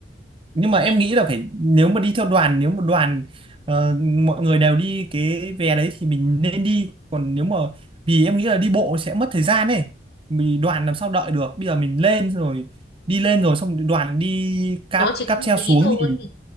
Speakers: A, on the right; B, on the left.
A: nhưng mà
B: vì
A: em nghĩ là phải nếu mà đi theo đoàn nếu mà đoàn ờ, mọi người đều đi cái vé đấy thì mình nên đi còn nếu mà vì em nghĩ là đi bộ sẽ mất thời gian ấy mình đoàn làm sao đợi được bây giờ mình lên rồi đi lên rồi xong đoàn đi cáp
B: nó chỉ
A: cáp
B: có một
A: treo
B: tí
A: xuống
B: thôi
A: thì